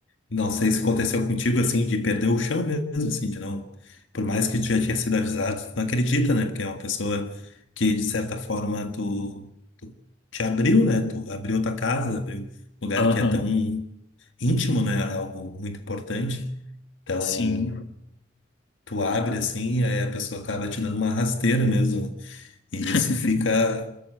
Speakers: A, on the left; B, on the left.
A: não sei se aconteceu contigo, assim, de perder o chão mesmo, assim, de não... Por mais que tu já tinha sido avisado, tu não acredita, né? Porque é uma pessoa que, de certa forma, tu, tu te abriu, né? Tu abriu tua casa, abriu um lugar
B: Aham,
A: que é tão íntimo, né? Algo muito importante. Então,
B: sim.
A: tu abre assim, e aí a pessoa acaba te dando uma rasteira mesmo. E
B: <laughs>
A: isso fica,